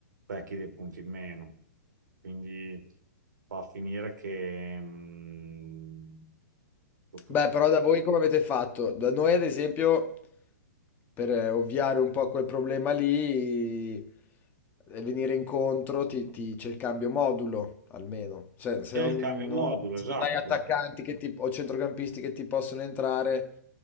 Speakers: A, on the right; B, on the left.
A: becchi dei punti in meno, quindi va a finire che mh, dopo
B: beh,
A: c'è
B: però da voi come avete fatto? Da noi ad esempio, per eh, ovviare un po' a quel problema lì e venire incontro ti ti c'è il cambio modulo, almeno. Cioè, se
A: c'è
B: non
A: il cambio
B: non
A: modulo,
B: se
A: esatto.
B: non hai attaccanti che ti o centrocampisti che ti possono entrare,